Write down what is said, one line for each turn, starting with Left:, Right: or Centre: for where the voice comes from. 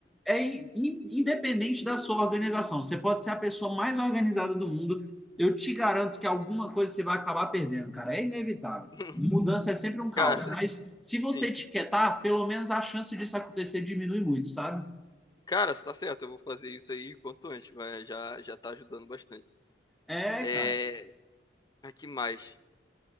Centre: é in- in- independente da sua organização, você pode ser a pessoa mais organizada do mundo, eu te garanto que alguma coisa você vai acabar perdendo, cara. É inevitável.
Left: <laughs>
Centre: Mudança é sempre um caos,
Left: cara,
Centre: mas se você
Left: sim.
Centre: etiquetar, pelo menos a chance disso acontecer diminui muito, sabe?
Left: Cara, você tá certo, eu vou fazer isso aí quanto antes, mas já, já tá ajudando bastante.
Centre: É,
Left: É.
Centre: cara.
Left: Mas que mais?